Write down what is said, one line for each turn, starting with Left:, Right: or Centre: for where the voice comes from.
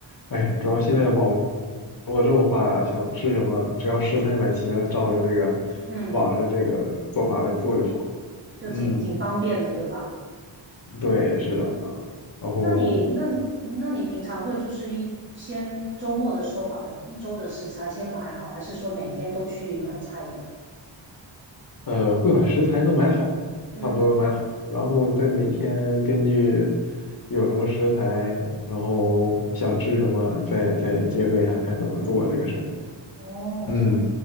Left: 哎，主要现在网络这么发达，想吃什么，只要食材买齐了，照着这个
Right: 嗯，
Left: 网上的这个做法来做就好。
Right: 就挺挺方便的，
Left: 嗯，
Right: 对吧？
Left: 对，是的啊，然后
Right: 那你那那你平常会就是一先周末的时候把一周的食材先买好，还是说每天都去买菜的呀？
Left: 呃，会把食材都买好，
Right: 嗯
Left: 差不多都买好，然后再每天根据有什么食材，然后想吃什么，再再结合一下看怎么做这个事情。
Right: 嗯，哦，
Left: 嗯
Right: 这样。